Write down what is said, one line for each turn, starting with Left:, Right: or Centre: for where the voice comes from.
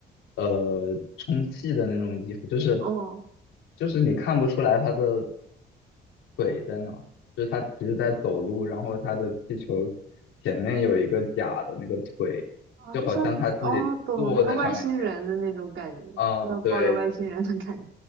Left: 呃，充气的那种衣服，就是
Right: 哦，
Left: 就是你看不出来他的腿在哪，就是他其实在走路，然后他的气球前面有一个假的那个腿，
Right: 哦，
Left: 就好像他自己坐在上面一样。
Right: 是像哦，懂那个外星人的那种感觉，
Left: 啊，
Right: 要抱着外星人的感觉。
Left: 对